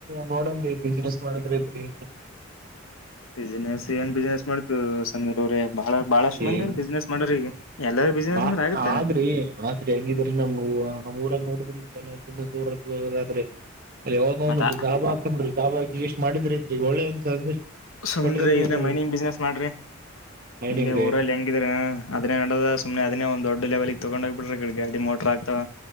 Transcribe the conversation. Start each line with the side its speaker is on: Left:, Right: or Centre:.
Right: ನೋಡಿ ಬಿಸ್ನನೆಸ್ ಮಾಡಿದ್ರ ಇದ್ರಿ
Left: ಬಿಸ್ನೆಸ್ ಏನ್ ಬಿಸ್ನನೆಸ್ ಮಾಡ್ತುರ ಷಣ್ಮುಗ ಅವರೇ ಬಹಳ ಬಹಳಷ್ಟು ಮಂದಿ
Right: ಏನ್
Left: ಬಿಸ್ನೆಸ್ ಮಾಡ ಎಲ್ಲಾರ ಬಿಸ್ನೆಸ್
Right: ಆ
Left: ಅಂದ್ರೆ ಆಗತ್ತಾನೆ
Right: ಆದ್ರಿ ಆದ್ರರಿ ಹೆಂಗಿದ್ರ ನಮ್ ನಮ್ಮ ಊರಾಗ ನೋಡ್ಬ ದೂರ ಹೋಗ್ರೆ ಅಲ್ಲಿ ಹೋಗಿ
Left: ಮತ್ತ
Right: ಡಾಬಾ ಎಷ್ಟ ಮಾಡಿದ್ರಐತ್ರಿ ಒಳ್ಳೆ ಒಂದ್ ಸಂದೇಶ
Left: ಸುಮ್ರಿ
Right: ಕೊಟ್ಕೊಂತ
Left: ಇದ
Right: ಹೋದ್ರಿ
Left: ಮೈನಿಂಗ್ ಬಿಸ್ನೆಸ್ ಮಾಡ್ರಿ
Right: ಮೈನಿಂಗ್
Left: ಇಲ್ಲ
Right: ರೀ
Left: ಊರಲ್ಲಿ ಹೆಂಗಿದ್ರ ಅದನ್ನೇ ನಡದ ಸುಮ್ನೆ ಅದನ್ನೇ ಒಂದ್ ದೊಡ್ ಲೆವೆಲ್ ತಗೊಂಡ್ಗಬ ಬಿರ ಕಡೆ ಗಾಡಿ ಮೋಟರ್ ಆಗ್ತಾವ